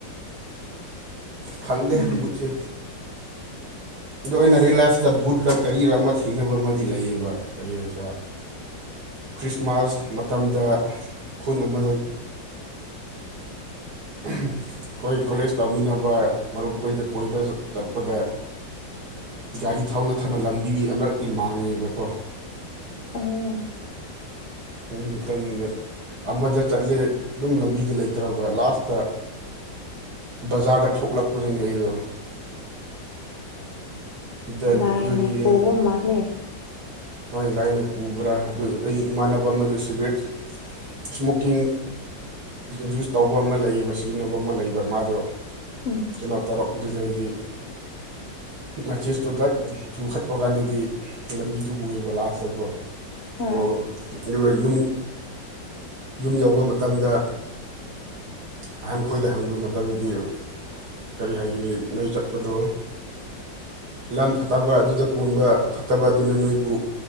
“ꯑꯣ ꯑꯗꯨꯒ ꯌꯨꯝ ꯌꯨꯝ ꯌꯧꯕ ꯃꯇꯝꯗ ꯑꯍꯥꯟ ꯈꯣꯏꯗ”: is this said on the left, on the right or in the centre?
Right